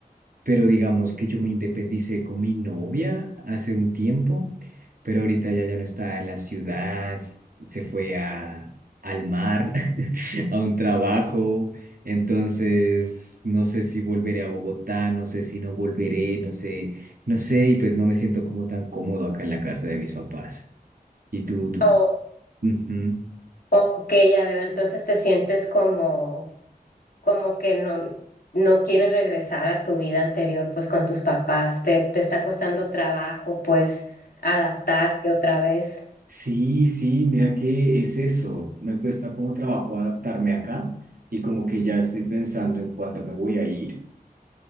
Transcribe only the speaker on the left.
O,
ok, ya veo, entonces te sientes como, como que no, no quieres regresar a tu vida anterior, pues con tus papás, te, te está costando trabajo, pues adaptarte otra vez.